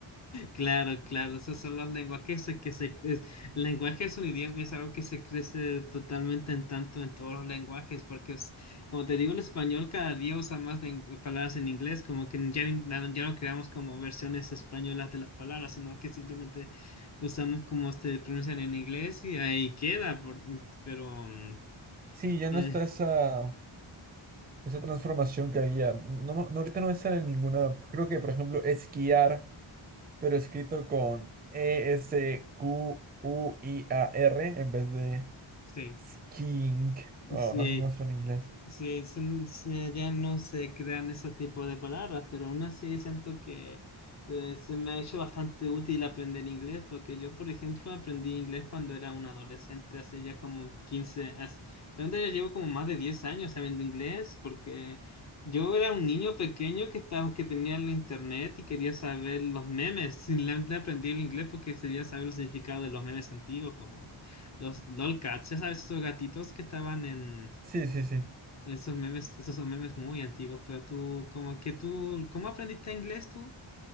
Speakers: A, on the left; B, on the right.
A: Claro, claro, esos son los lenguajes que se, que se- es- el lenguaje es un idioma, es algo que se crece totalmente en tanto en todos los lenguajes, porque es, como te digo, el español cada día usa más len- palabras en inglés, como que ya, ni- na- ya no creamos como versiones españolas de las palabras, sino que simplemente usamos como se pronuncian en inglés y ahí queda, por- pero mm,
B: Sí, ya no
A: eh,
B: está esa, esa transformación que había. No, me- no, ahorita no me sale ninguna. Creo que, por ejemplo, esquiar, pero escrito con E-S-Q-U-I-A-R en vez de
A: sí,
B: skiing. No,
A: sí.
B: no sé cómo está en inglés.
A: Sí, sen- se- ya no se crean ese tipo de palabras, pero aún así siento que eh, se me ha hecho bastante útil aprender inglés, porque yo, por ejemplo, aprendí inglés cuando era un adolescente, hace ya como quince hace- realmente ya llevo como más de 10 años sabiendo inglés, porque yo era un niño pequeño que estaba, que tenía el internet y quería saber los memes, <laughs> simplemente aprendí el inglés porque quería saber el significado de los memes antiguos, como los lolcats, ya sabes, esos gatitos que estaban en...
B: Sí, sí, sí.
A: Esos memes, esos son memes muy antiguos, pero tú, como que tú, ¿cómo aprendiste inglés tú?